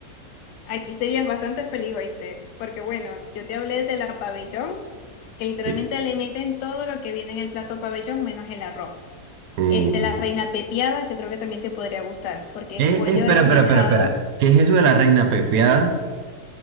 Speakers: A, on the left; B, on the right.
A: Aquí serías bastante feliz, ¿oíste? Porque bueno, yo te hablé de la pabellón, que literalmente
B: Sí.
A: le meten todo lo que viene en el plato pabellón menos el arroz.
B: Uh.
A: Este, la reina pepiada, yo creo que también te podría gustar, porque
B: Eh,
A: es pollo
B: eh, espera,
A: desmechado
B: espera, espera, espera. ¿Qué es eso de la reina pepeada?